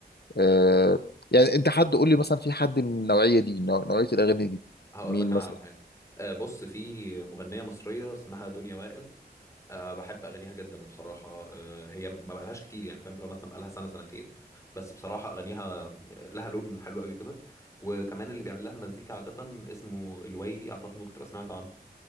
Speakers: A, on the left (about 70°); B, on the left (about 15°).
A: آه، يعني انت حد قول لي مثلا في حد من النوعيه دي نوع- نوعيه الاغاني دي
B: هقول
A: مين
B: لك انا
A: مثلا
B: على حاجة آه، بص في مغنية مصرية اسمها دنيا وائل أه بحب اغانيها جدا بصراحه أه هي ما بقالهاش كتير يعني فاهم اللي هو مثلا بقالها سنه سنتين بس بصراحه اغانيها لها لون حلو قوي كده وكمان اللي بيعمل لها المزيكا عاده اسمه الويلي اعتقد ممكن تبقى سمعت عنه